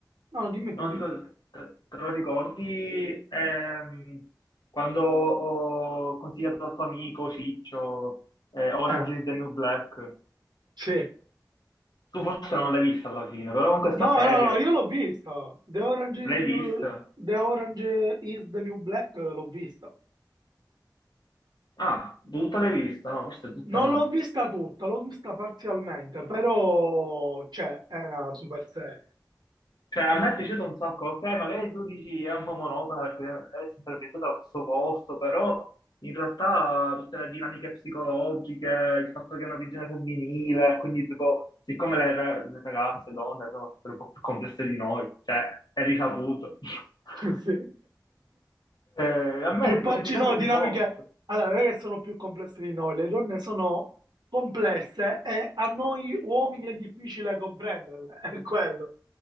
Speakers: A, on the right (about 75°); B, on the left (about 70°).
A: No, no, dimmi tu,
B: No,
A: dimmi.
B: dico, te, te lo ricordi ehm, quando ho consigliato al tuo amico Ciccio eh, Orange
A: Eh,
B: is the New Black?
A: sì.
B: Tu forse non l'hai vista alla fine, però con questa
A: No,
B: serie
A: no, no, io l'ho vista. The Orange
B: l'hai
A: is,
B: vista?
A: New- The Orange is the New Black eh, l'ho vista.
B: Ah, tutta l'hai vista? No, forse tutta
A: Non
B: no.
A: l'ho vista tutta, l'ho vista parzialmente, però cioè, è una super serie.
B: Cioè, a me è piaciuto un
A: <laughs>
B: sacco, ok, magari tu dici è un po' monotona perché è sempre ambientata allo stesso posto, però in realtà tutte le dinamiche psicologiche, il fatto che è una prigione femminile, quindi tipo, siccome le, ra- le ragazze, donne, sono sempre un po' più complesse di noi, cioè, è risaputo. <laughs>
A: Sì.
B: Eh, a me
A: Più
B: è tipo
A: pa-
B: è intrigato
A: ci sono
B: un
A: dinamiche,
B: po'.
A: allora, non è che sono più complesse di noi, le donne sono complesse e a noi uomini è difficile comprenderle, <laughs> è quello.